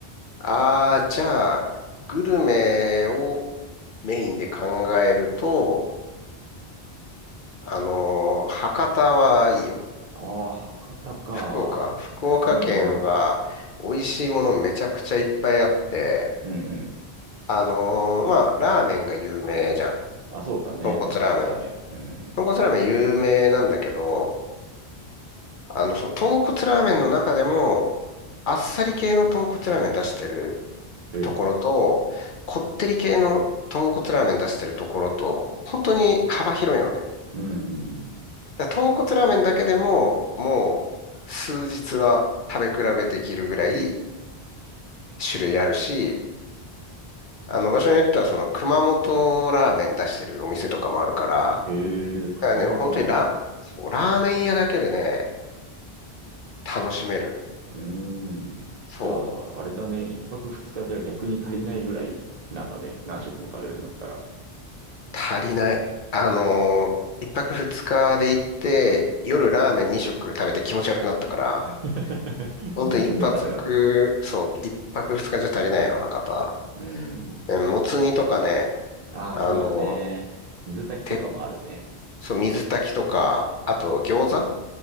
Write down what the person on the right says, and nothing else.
ああ、博多か。
うんうん。うんうん。
あ、そうだね。
豚骨ラーメン。うんうん。
ええ。
うんうんうん。
へえ、熊本ラーメン。
うーん。
じゃあ、あれだね。一泊二日じゃ逆に足りないぐらいなんだね。何食も食べるんだったら。
<laughs>
詰め込みはダメだね。
うーん。
ああ、
そうだね。水炊きとかもあるね。